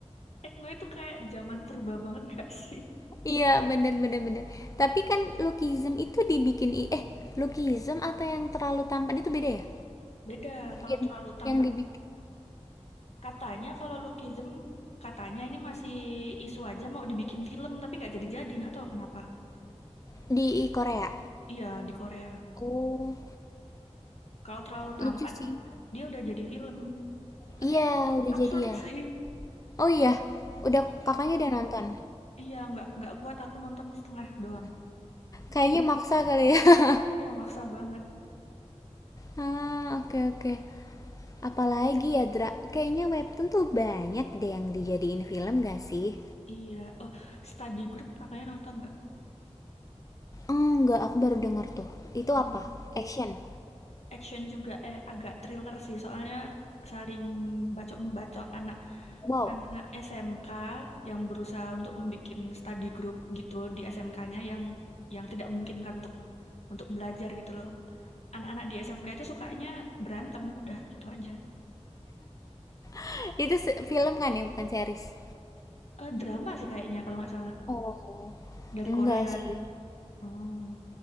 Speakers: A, on the left (about 70°); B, on the left (about 30°).
A: Tekno itu kayak zaman purba banget nggak sih?
B: Iya, bener bener bener. Tapi kan Lookism itu dibikin i- eh Lookism atau yang terlalu tampan itu beda ya?
A: Beda, kalau
B: Yang
A: terlalu tampak
B: yang dibikin
A: Katanya kalau Lookism, katanya ini masih isu aja mau dibikin film, tapi nggak jadi-jadi, nggak tahu kenapa.
B: di Korea.
A: Iya, di Korea.
B: Oh,
A: Kalau terlalu
B: lucu
A: tampan,
B: sih.
A: dia udah jadi film. Tapi
B: Iya, udah
A: absurd
B: jadi ya.
A: sih.
B: Oh iya, udah
A: Heeh.
B: kakaknya udah nonton.
A: Iya, nggak nggak kuat aku nonton setengah doang.
B: Kayaknya maksa kali ya. <laughs>
A: Iya, maksa banget.
B: Ah, oke oke. Apalagi ya, Dra. Kayaknya webtoon tuh banyak deh yang dijadiin film gak sih?
A: Iya. Oh, study group kakaknya nonton nggak?
B: Enggak, aku baru denger tuh. Itu apa?
A: Oh.
B: Action.
A: action juga eh agak thriller sih soalnya saling bacok membacok anak
B: Wow.
A: anak SMK yang berusaha untuk membuat study group gitu di SMK-nya yang yang tidak memungkinkan untuk untuk belajar gitu loh. Anak-anak di SMK itu sukanya berantem udah gitu aja.
B: <laughs> Itu se- film kan ya, bukan series.
A: Eh drama sih kayaknya kalau nggak salah
B: Oh,
A: dari
B: enggak
A: Korea
B: sih.
A: sih. Oh,